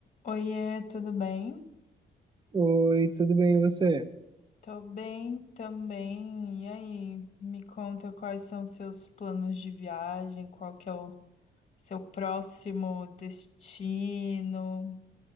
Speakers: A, on the left; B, on the right.
A: Oiê, tudo bem?
B: Oi, tudo bem, e você?
A: Tô bem também. E aí, me conta quais são seus planos de viagem, qual que é o seu próximo destino, o